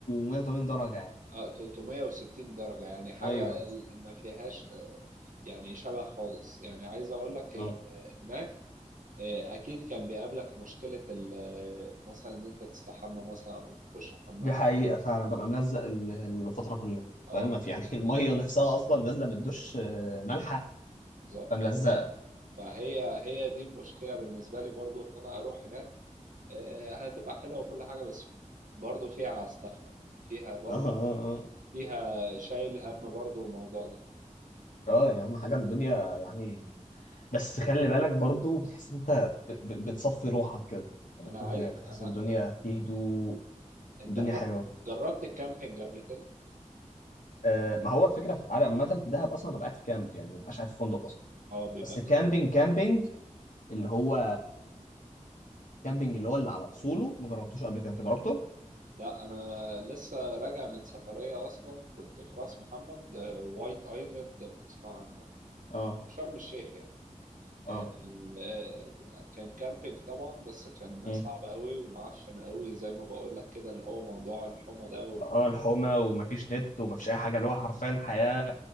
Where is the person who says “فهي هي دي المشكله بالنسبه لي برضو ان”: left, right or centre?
Right